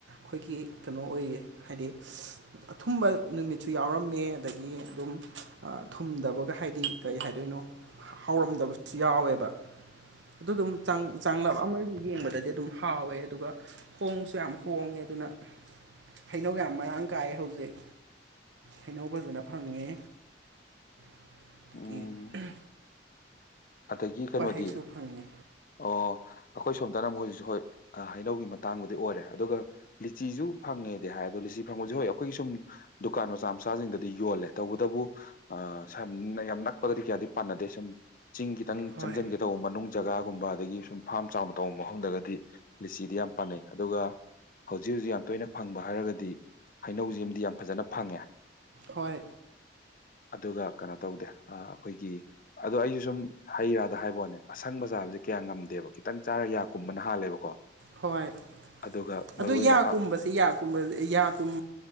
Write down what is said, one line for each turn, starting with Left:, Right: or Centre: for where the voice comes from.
Right: ꯑꯩꯈꯣꯏꯒꯤ ꯀꯩꯅꯣ ꯑꯣꯏꯌꯦ ꯍꯥꯏꯗꯤ ꯑꯊꯨꯝꯕ ꯅꯨꯃꯤꯠꯁꯨ ꯌꯥꯎꯔꯝꯃꯦ ꯑꯗꯒꯤ ꯑꯗꯨꯝ ꯊꯨꯝꯗꯕꯒ ꯍꯥꯏꯗꯤ ꯀꯩ ꯍꯥꯏꯗꯣꯏꯅꯣ ꯍꯥꯎꯔꯝꯗꯕꯁꯨ ꯌꯥꯎꯋꯦꯕ ꯑꯗꯨ ꯑꯗꯨꯝ ꯆꯡ ꯆꯥꯡꯂꯞ ꯑꯃ ꯌꯦꯡꯕꯗꯗꯤ ꯑꯗꯨꯝ ꯍꯥꯎꯋꯦ ꯑꯗꯨꯒ ꯍꯣꯡꯁꯨ ꯌꯥꯝ ꯍꯣꯡꯉꯦ ꯑꯗꯨꯅ ꯍꯩꯅꯧ ꯌꯥꯝ ꯃꯔꯥꯡ ꯀꯥꯏ ꯍꯧꯖꯤꯛ ꯍꯩꯅꯧ ꯐꯖꯅ ꯐꯪꯉꯦ ꯀ
Left: ꯎꯝ
Right: <unintelligible>
Left: ꯑꯗꯒꯤ ꯀꯩꯅꯣꯗꯤ
Right: ꯍꯩꯁꯨ
Left: ꯑꯣ
Right: ꯐꯪꯉꯦ
Left: ꯑꯩꯈꯣꯏ ꯁꯣꯝꯗꯅꯨꯛ ꯍꯧꯖꯤꯛꯁꯨ ꯍꯣꯏ ꯍꯩꯅꯧꯒꯤ ꯃꯇꯥꯡꯕꯨꯗꯤ ꯑꯣꯏꯔꯦ ꯑꯗꯨꯒ ꯂꯤꯆꯤꯁꯨ ꯐꯪꯉꯦꯗꯤ ꯍꯥꯏ ꯑꯗꯣ ꯂꯤꯆꯤ ꯈꯪꯉꯁ ꯍꯣꯏ ꯑꯩꯈꯣꯏꯒꯤ ꯁꯨꯝ ꯗꯨꯀꯥꯟ ꯃꯆꯥ ꯃꯆꯥꯁꯤꯡꯗꯗꯤ ꯌꯣꯜꯂꯦ ꯇꯧꯕꯇꯕꯨ ꯑ ꯁꯝ ꯌꯥꯝ ꯅꯛꯄꯒꯗꯤ ꯀꯌꯥꯗꯤ ꯄꯥꯟꯅꯗꯦ ꯁꯨꯝ ꯆꯤꯡ ꯈꯤꯇꯪ
Right: ꯍꯣꯏ
Left: ꯆꯪꯁꯤꯟꯒꯦ ꯇꯧꯕ ꯃꯅꯨꯡ ꯖꯒꯥꯒꯨꯝꯕ ꯑꯗꯒꯤ ꯁꯨꯝ ꯐꯥꯝ ꯆꯥꯎꯅ ꯇꯧꯕ ꯃꯐꯝꯗꯒꯗꯤ ꯂꯤꯆꯤꯗꯤ ꯌꯥꯝ ꯄꯥꯅꯩ ꯑꯗꯨꯒ ꯍꯧꯖꯤꯛ ꯍꯧꯖꯤꯛ ꯌꯥꯝ ꯇꯣꯏꯅ ꯐꯪꯕ ꯍꯥꯏꯔꯒꯗꯤ ꯍꯩꯅꯧꯖꯤꯝꯗꯤ ꯌꯥꯝ ꯐꯖꯅ ꯐꯪꯉꯦ
Right: ꯍꯣꯏ
Left: ꯑꯗꯨꯒ ꯀꯩꯅꯣ ꯇꯧꯗꯦ ꯑꯩꯈꯣꯏꯒꯤ ꯑꯗꯣ ꯑꯩꯁꯨ ꯁꯨꯝ ꯍꯩ ꯔꯥꯗ ꯍꯥꯏꯕꯅꯦ ꯑꯁꯪꯕ ꯆꯥꯕꯁꯦ ꯀꯌꯥ ꯉꯝꯗꯦꯕ ꯈꯤꯇꯪ ꯆꯥꯔ ꯌꯥ ꯀꯨꯝꯕꯅ ꯍꯥꯜꯂꯦꯕꯀꯣ
Right: ꯍꯣꯏ
Left: ꯑꯗꯨꯒ ꯃꯔꯨ
Right: ꯑꯗꯨ
Left: ꯑꯣꯏꯅ
Right: ꯌꯥ ꯀꯨꯝꯕꯁꯦ ꯌꯥꯒꯨꯝꯕ ꯌꯥꯒꯨꯝ